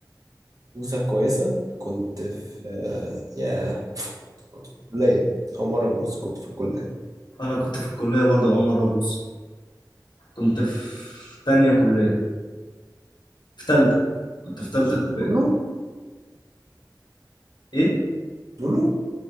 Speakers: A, on the right; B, on the left.
A: بوسة كويسة كنت في آه، يا كنت في الكلية أول مرة بوس كنت في الكلية
B: أنا كنت في الكلية برضه أول مرة أبوس كنت في تانية كلية في تالتة كنت في تالتة كلية
A: دي لولو
B: إيه؟
A: لولو